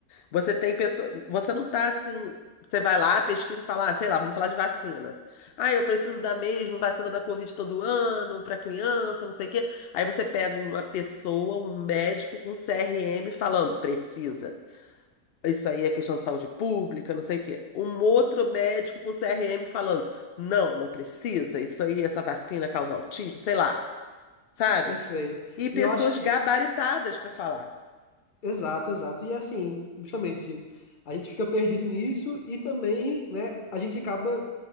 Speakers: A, on the left; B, on the left.
A: Você tem pessoa, você não tá assim, você vai lá, pesquisa e fala, ah, sei lá, vamos falar de vacina. Ah, eu preciso da mesma vacina da Covid todo ano para criança, não sei o quê. Aí você pega uma pessoa, um médico com CRM falando, precisa. Isso aí é questão de saúde pública, não sei o quê. Um outro médico com CRM falando, não, não precisa. Isso aí, essa vacina causa autismo, sei lá, sabe?
B: perfeito.
A: E pessoas
B: E eu acho que,
A: gabaritadas para falar.
B: exato, exato. E assim, justamente. A gente fica perdido nisso e também, né, a gente acaba